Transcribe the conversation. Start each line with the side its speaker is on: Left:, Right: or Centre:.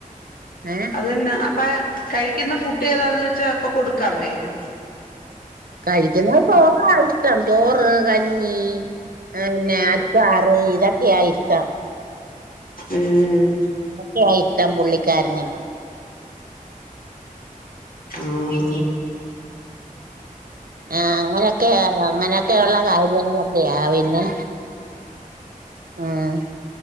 Right: ഏഹ്
Left: അത് തന്നെ അപ്പ കഴി ക്കുന്ന ഫുഡ് ഏതാന്ന് വെച്ചാ അപ്പൊ കൊടുക്കാൻ വയ്യെ
Right: കഴിക്കുന്നത് ചോറാ ഇഷ്ടം ചോറ് കഞ്ഞി പിന്നെ അച്ചാറ് ഇതൊക്കെയാ ഇഷ്ടം
Left: ഉം
Right: അതൊക്കെയാ ഇഷ്‌ടം പുള്ളിക്ക് പിള്ളിക്കാരന്
Left: ആഹ്
Right: ആഹ് അങ്ങനൊക്കെയ അങ്ങനൊക്കെയുള്ള കാര്യങ്ങളൊക്കെയാ പിന്നെ ആഹ്